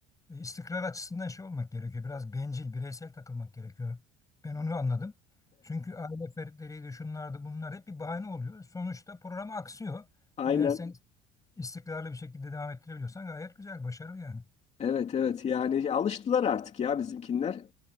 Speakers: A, on the left; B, on the left.
A: e, istikrar açısından şey olmak gerekiyor. Biraz bencil, bireysel takılmak gerekiyor. Ben onu anladım. Çünkü aile fertleriydi, şunlardı, bunlar hep bir bahane oluyor. Sonuçta program aksıyor.
B: aynen
A: Eğer sen istikrarlı bir şekilde devam ettirebiliyorsan gayet güzel, başarılı yani.
B: Evet evet yani alıştılar artık ya bizimkinler.